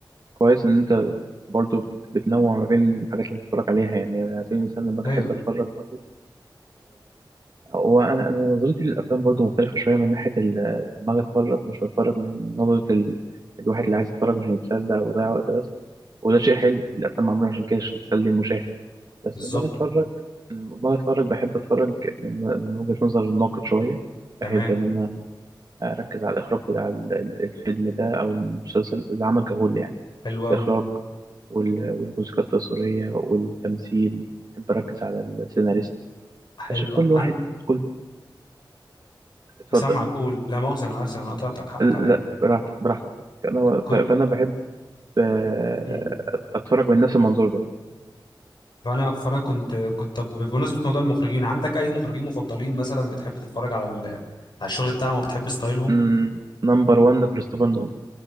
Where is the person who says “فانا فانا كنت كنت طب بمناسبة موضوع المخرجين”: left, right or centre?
Left